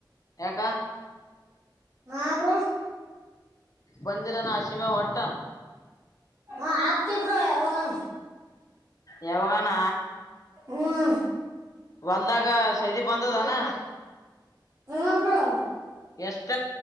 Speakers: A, on the left; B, on the right.
A: ಕ್ಕಾ
B: ಹಾ ಬ್ರೋ
A: ಬಂದಿಲಾನ ಅಶಿಮಗಾ ವಟ್ಟ್
B: ಹಾ ಆಗ್ತಿವ ಬ್ರೋ ಯವಾಗನ
A: ಯಾವಾಗಾನ
B: ಹ್ಮ
A: ಹೊಲ್ದಾಗ ಸೈದಿ ಬಂದದನಾ
B: ಹ ಹಾ ಬ್ರೋ
A: ಎಷ್ಟ